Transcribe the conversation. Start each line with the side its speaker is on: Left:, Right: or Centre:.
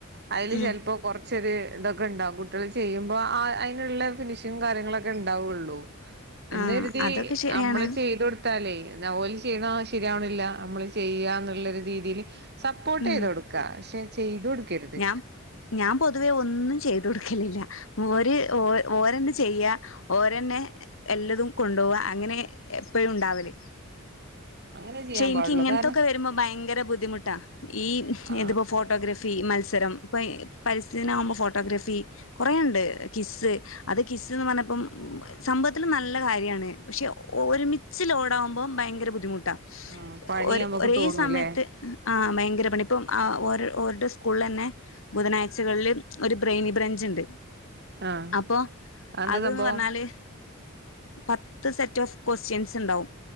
Right: അതില്
Left: ഉം
Right: ചിലപ്പോ കുറച്ചൊരു ഇതൊക്കെ ഉണ്ടാവും കുട്ടികൾ ചെയ്യുമ്പോൾ അതിനുള്ള ഫിനിഷിംഗും കാര്യങ്ങളൊക്കെ ഉണ്ടാവുകയുള്ളൂ എന്ന്
Left: ആഹ്
Right: കരുതി
Left: അതൊക്കെ ശരിയാണ്
Right: നമ്മള് ചെയ്ത കൊടു ത്താലേ ഓല് ചെയ്യണ ശരിയാണില്ല നമ്മള് ചെയ്യാന്നുള്ളരു രീതിയില് സപ്പോർട്ട് ചെയ്ത്
Left: ഉം
Right: കൊടുക്കാ പക്ഷെ ചെയ്തു കൊടുക്കരുത്
Left: ഞാൻ ഞാൻ പൊതുവെ ഒന്നും ചെയ്തു കൊടുക്കലില്ലഓര് ഓരന്നെ ചെയ്യാ ഓരന്നെ എല്ലതും കൊണ്ടോവ അങ്ങനെ എപ്പഴും ഉണ്ടാവല്
Right: അങ്ങനെ ചെയ്യാൻ
Left: പക്ഷെ എനിക്ക്
Right: പാടുള്ളൂ
Left: ഇങ്ങനത്തൊക്കെ
Right: കാരണം
Left: വരുമ്പോ ഭയങ്കര ബുദ്ധിമുട്ടാ ഈ
Right: ആ
Left: ഇതിപ്പോ ഫോട്ടോഗ്രഫി മത്സരം ഇപ്പം പരിസ്ഥിതി ദിനാകുമ്പോൾ ഫോട്ടോഗ്രാഫി കൊറെയണ്ട് ക്വിസ് അത് ക്വിസ് പറഞ്ഞപ്പം സംഭവത്തിൽ നല്ല കാര്യമാണ് പക്ഷെ ഒരുമിച്ഛ് ലോഡ് ആകുമ്പോം ഭയങ്കര ബുദ്ധിമുട്ട്
Right: ആ പണി
Left: ഒ
Right: നമുക്ക്
Left: ഒരേ
Right: തോന്നൂല്ലേ
Left: സമയത്ത് ആ ഭയങ്കര പണി ഇപ്പം ഓ ഓരുടെ സ്കൂളിൽ തന്നെ ബുധനാഴ്ചകളിൽ ഒരു ബ്രെയിനി ബ്രഞ്ച് ഉണ്ട്
Right: ആ
Left: അപ്പോൾ
Right: അതെന്താ
Left: അത്
Right: സംഭവം
Left: ന്ന് പറഞ്ഞാല് പത്ത് സെറ്റ് ഓഫ് ക്വസ്റ്റ്യൻസ് ഉണ്ടാവും